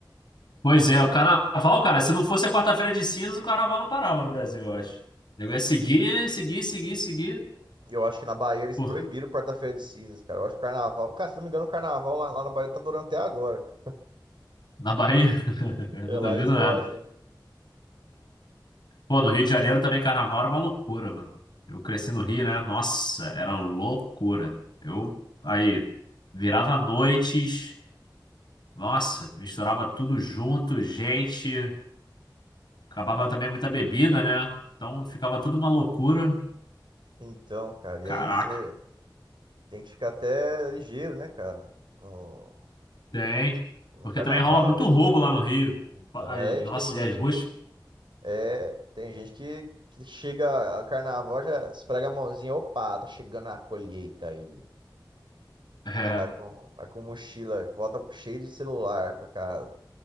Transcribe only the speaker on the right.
E Eu acho que na Bahia eles
proibiram quarta-feira de cinzas, cara. Eu acho que o carnaval. Cara, se não me engano, o carnaval lá, lá na Bahia tá durando até agora, cara.
É,
lá
eles gostam,
hein?
Então, cara, e
aí você tem que ficar até ligeiro, né, cara? No-
no
carnaval
aí.
Então,
é,
isso, tem gente
que é, tem gente que, que chega a carnaval já esfrega a mãozinha, opa, tá chegando a colheita aí.
Vai com, vai com mochila, volta cheio de celular pra casa.